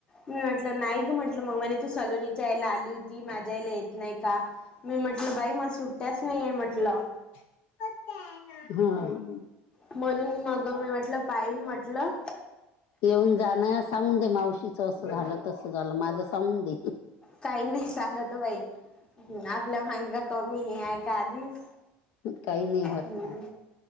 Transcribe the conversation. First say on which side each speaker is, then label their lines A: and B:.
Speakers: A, on the left (about 20°); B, on the left (about 55°).
A: मी म्हटलं नाही ग म्हटलं. मग म्हणे तू सलोनीच्या यायला आली होती. माझ्या यायला येत नाही का? मी म्हटलं बाई, मला सुट्ट्याच नाहीये म्हटलं.
B: ह. <unintelligible>
A: म्हणून मग मी म्हटलं पाहिन म्हटलं
B: येऊन जाणं. सागून दे मावशीच असं झालं तस झालं. माझं सांगून दे.
A: काही नाही सांगत ओ बाई. आपल्या माग का कमी हे आहे का आधीच.
B: काही नाही होत
A: हम्म
B: ना.